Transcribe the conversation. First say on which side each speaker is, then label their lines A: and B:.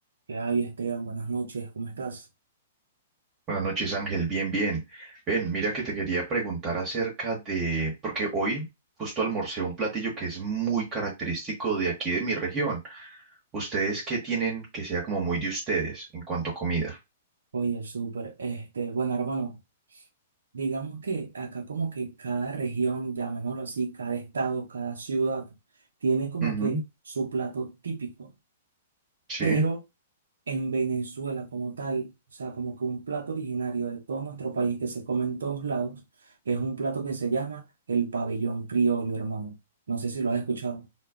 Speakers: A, on the right; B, on the right.
A: ¿Qué hay, Esteban? Buenas noches, ¿cómo estás?
B: Buenas noches, Ángel. Bien, bien. Ven, mira que te quería preguntar acerca de, porque hoy justo almorcé un platillo que es muy característico de aquí de mi región. ¿Ustedes qué tienen que sea como muy de ustedes en cuanto a comida?
A: Oye, el súper. Este, bueno, hermano, digamos que acá como que cada región, llamémoslo así, cada estado, cada ciudad, tiene como
B: Ujú,
A: que su plato típico.
B: Sí.
A: Pero en Venezuela como tal, o sea, como que un plato originario de todo nuestro país que se come en todos lados, es un plato que se llama el pabellón criollo, hermano. No sé si lo has escuchado.